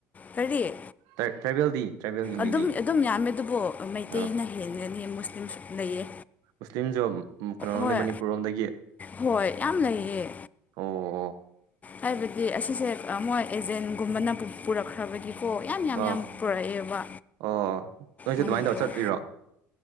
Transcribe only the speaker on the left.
ꯀꯔꯤꯌꯦ
ꯑꯗꯨꯝ ꯑꯗꯨꯝ ꯌꯥꯝꯃꯦ ꯑꯗꯨꯕꯨ ꯃꯩꯇꯩꯅ
ꯍꯦꯟꯒꯅꯤ ꯃꯨꯁꯂꯤꯝꯁꯨ ꯂꯩꯌꯦ
ꯍꯣꯏ
ꯍꯣꯏ ꯌꯥꯝ ꯂꯩꯌꯦ
ꯍꯥꯏꯕꯗꯤ ꯑꯁꯤꯁꯦ ꯃꯣꯏ ꯑꯦꯖꯦꯟꯒꯨꯝꯕꯅ ꯄꯨꯔꯛꯈ꯭ꯔꯕꯒꯤ ꯀ ꯌꯥꯝ ꯌꯥꯝ
ꯌꯥꯝ ꯄꯨꯔꯛꯑꯦꯕ
ꯃꯅꯤꯄꯨꯔ